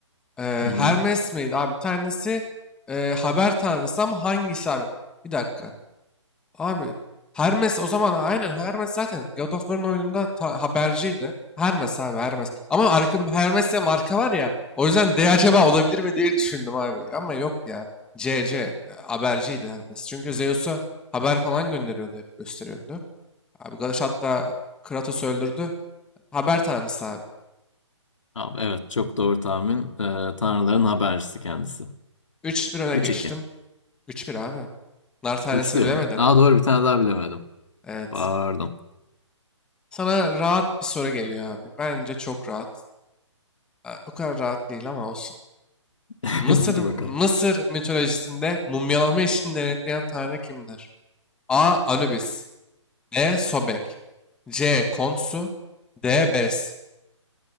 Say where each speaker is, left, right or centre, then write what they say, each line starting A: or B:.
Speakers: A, in the centre; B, on the left (about 75°).
A: e,
B: Hı-hı.
A: Hermes miydi abi? Bir tanesi e, haber tanrısı ama hangisi abi? Bir dakika. Abi Hermes o zaman aynen Hermes zaten God of War'ın oyununda ta- haberciydi. Hermes abi Hermes. Ama arka, Hermes diye marka var ya. O yüzden D acaba olabilir mi diye düşündüm abi. Ama yok ya. C, C e, haberciydi Hermes. Çünkü Zeus'a haber falan gönderiyordu hep gösteriyordu. Abi Galaş hatta Kratos'u öldürdü. Haber tanrısı abi.
B: Abi, evet çok doğru tahmin. Ee, tanrıların habercisi kendisi.
A: 3-1 öne
B: 3-2.
A: geçtim. 3-1 abi. Nar tanesini
B: 3-1
A: bilemedin.
B: mi? Aa, doğru bir tane
A: Eh,
B: daha bilemedim.
A: Evet.
B: Pardon.
A: Sana rahat bir soru geliyor abi. Bence çok rahat. Ha, O kadar rahat değil ama olsun.
B: <laughs>
A: Mısır,
B: Hadi bakalım.
A: Mısır mitolojisinde mumyalama işini denetleyen tanrı kimdir? A. Anubis B. Sobek C. Konsu D. Bes.